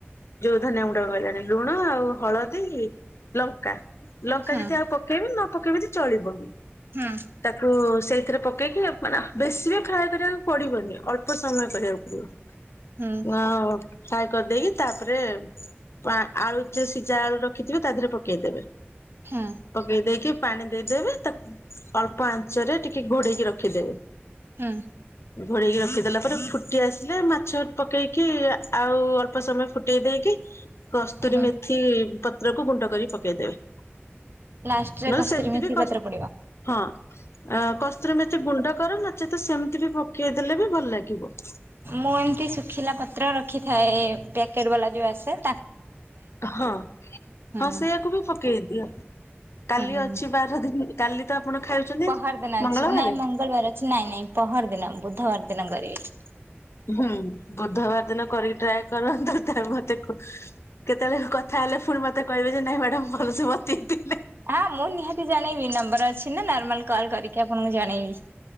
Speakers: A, on the left (about 75°); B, on the right (about 60°).
A: ଯୋଉ ଧନିଆ ଗୁଣ୍ଡ କହିଲାଣି ଲୁଣ ଆଉ ହଳଦୀ ଲଙ୍କା ଲଙ୍କା
B: ହୁଁ
A: ଯତି ଆଉ ପ କେଇବେ ନ ପକେଇ ବି ଚଳିବ।
B: ହୁଁ।
A: ତାକୁ ସେଇଥିରେ ପକେଇକି ଅ ମାନେ ବେଶୀ ରେ ଫ୍ରାଏ କରିବାକୁ ପଡିବନି ଅଳ୍ପ ପ ସମୟ କରିବାକୁ ପଡିବ
B: ହୁଁ
A: ଅ ଫାଏ କରିଦେଇକି ତାପରେ ପା ଆଳୁ ଯ ସିଝା ଆଳୁ ରଖିଥିବେ ତା ଦେହରେ ପକେଇଦେବେ।
B: ହଁ।
A: ପକେଇ ଦେଇକି ପାଣି ଦେଇଦେବେ ତାକୁ ଅଳ୍ପ ଆଞ୍ଚରେ ଟିକେ ଘୋଡେଇକି ରଖିଦେବେ।
B: ହୁଁ।
A: ଘୋଡ଼େଇକି ରଖିଦେଲା ପରେ ଫୁଟି ଆସିଲେ ମାଛ ପକେଇକି ଆଉ ଅଳ୍ପ ସମୟ ଫୁଟେଇ ଦେଇକି କସ୍ତୁରୀ
B: ହୁଁ
A: ମେଥି ପତ୍ରକୁ ଗୁଣ୍ଡ କରି ପକେଇଦେବେ।
B: ଲାଷ୍ଟରେ
A: ନ ନେ
B: କସ୍ତୁରୀ
A: ସେମିତି
B: ମେଥି
A: ବି କଷ୍
B: ପତ୍ର ପଡିବ।
A: ହଁ ଅ କସ୍ତ୍ରରି ମେଥି ଗୁଣ୍ଡ କର ନଚେତ ସେମିତି ବି ପକେଇଦେଲେ ବି ଭଲ ଲାଗିବ।
B: ମୁଁ ଏମିତି ଶୁଖିଲା ପତ୍ର ରଖିଥାଏ ପ୍ୟାକେଟ୍ ବାଲା ଯୋଉ ଆସେ ତା
A: ହଁ
B: ହୁଁ
A: ହଁ ସେୟାକୁ ବି ପକେଇ ଦିଅ କାଲି
B: ହୁଁ
A: ଅଛି ବାର ଦିନ। କାଲି ତ ଆପଣ ଖାଉଛନ୍ତି।
B: ପହର ଦିନ
A: ମଙ୍ଗଳବାରେ।
B: ଅଛି ନାଇଁ ମଙ୍ଗଳବାର ଅଛି ନାଇଁ ନାଇଁ ପହର ଦିନ ବୁଧବାର ଦିନ କରିବେ।
A: ହୁଁ ବୁଧବାର ଦିନ କରିକି ଟ୍ରାଏ କରନ୍ତୁ ତା ମତେ କ <inaudible> କେତେବେଳେ କଥା ହେଲେ ପୁଣି ମତେ କହିବେ ଯେ ନାଇଁ ମ୍ୟାଡାମ ଭଲସ ବତେଇ ଥିଲେ।
B: ହଁ ମୁଁ ନିହାତି ଜଣେଇବି ନମ୍ବର ଅଛି ନା ନର୍ମାଲ କଲ କରିକି ଆପଣଙ୍କୁ ଜଣେଇବି।